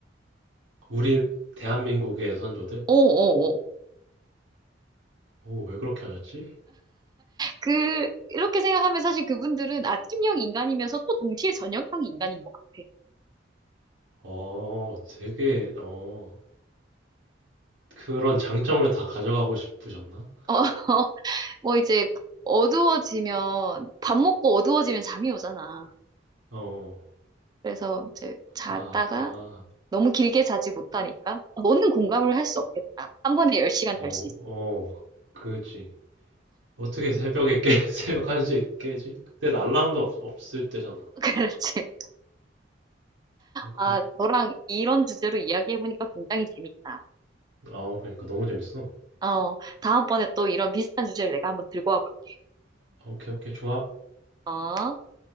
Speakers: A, on the right; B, on the right.
A: 우리 대한민국의 선조들?
B: 오오오
A: 오, 왜 그렇게 하셨지?
B: 그, 이렇게 생각하면 사실 그분들은 아침형 인간이면서 또 동시에 저녁형 인간인 것 같아.
A: 어, 되게, 어, 그런 장점을 다 가져가고 싶으셨나?
B: 어, <laughs> 뭐 이제 어두워지면, 밥 먹고 어두워지면 잠이 오잖아.
A: 어,
B: 그래서 이제 잤다가
A: 아.
B: 너무 길게 자지 못하니까 너는 공감을 할 수 없겠다. 한 번에 열 시간
A: 어,
B: 잘 수 있어.
A: 어, 그지. 어떻게 새벽에 깨, <laughs> 새벽 1시에 깨지? 그땐 알람도 없, 없을 때잖아.
B: <laughs> 그렇지.
A: 어, 그게,
B: 아, 너랑 이런 주제로 이야기해보니까 굉장히 재밌다.
A: 아, 그러니까 너무 재밌어.
B: 어, 다음번에 또 이런 비슷한 주제를 내가 한번 들고 와볼게.
A: 아, 오케이, 오케이, 좋아.
B: 어?